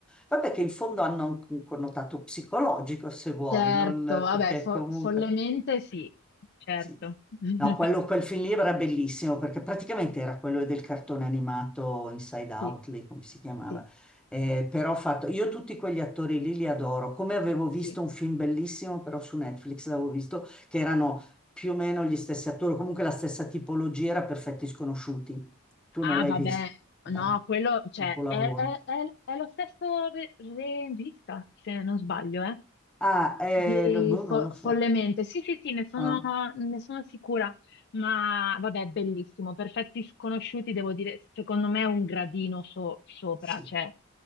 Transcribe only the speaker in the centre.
vabbè, che in fondo hanno un connotato psicologico, se vuoi,
non
perché
comunque...
Sì.
No, quello, quel film lì era bellissimo perché praticamente era quello del cartone animato Inside Out,
lì, come si chiamava.
Eh, però ho fatto, io tutti quegli attori lì li adoro. Come avevo visto
un film bellissimo, però su Netflix l'avevo visto, che erano più o meno gli stessi attori, comunque la stessa tipologia, era Perfetti Sconosciuti. Tu
non l'hai
visto? Bello,
capolavoro.
Ah, eh,
no, boh, non
lo so.
Ah.
Sì.